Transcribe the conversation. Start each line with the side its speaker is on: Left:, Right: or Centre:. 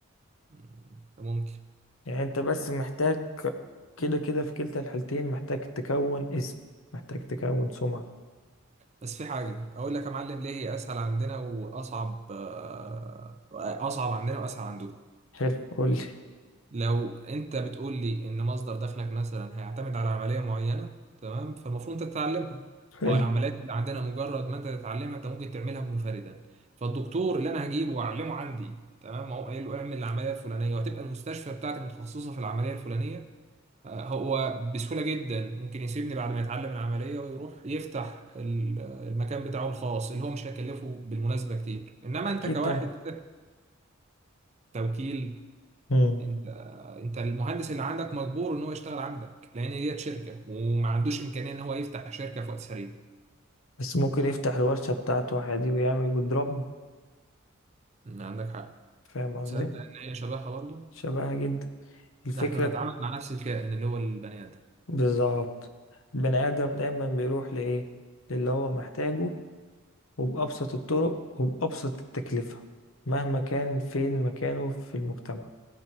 Right: مم، ممكن
Left: يعني انت بس محتاج كده كده في كلتا الحالتين محتاج تكون اسم محتاج تكون سمعة
Right: بس في حاجه اقول لك يا معلم ليه هي اسهل عندنا واصعب آه، اصعب عندنا واسهل عندكم
Left: حلو قولي
Right: لو انت بتقول لي ان مصدر دخلك مثلا هيعتمد على عمليه معينه تمام فالمفروض انت تتعلمها
Left: حلو
Right: او العمليات اللي عندنا مجرد ما انت تتعلمها انت ممكن تعملها منفردا فالدكتور اللي انا هجيبه واعلمه عندي تمام اقوم قايل له اعمل العمليه الفلانيه وهتبقى المستشفى بتاعتي متخصصه في العمليه الفلانيه آه، هو بسهوله جدا ممكن يسيبني بعد ما يتعلم العمليه ويروح يفتح ال- المكان بتاعه الخاص اللي هو مش هيكلفه بالمناسبه كتير انما
Left: اكيد
Right: انت كواحد
Left: طبعا
Right: خدت توكيل
Left: مم.
Right: انت انت المهندس اللي عندك مجبور ان هو يشتغل عندك لان هي شركه وما عندوش امكانيه ان هو يفتح شركه في وقت سريع
Left: بس ممكن يفتح الورشة بتاعته عادي ويعمل ويضربني
Right: ان عندك حق
Left: فاهم قصدي
Right: تصدق ان هي شبهها برضه
Left: شبهها جدا الفكرة
Right: نحن نتعامل مع نفس الكائن اللي هو البني ادم
Left: بالظبط البني آدم دايما بيروح لإيه للي هو محتاجه وبأبسط الطرق وبأبسط التكلفة مهما كان فين مكانه في المجتمع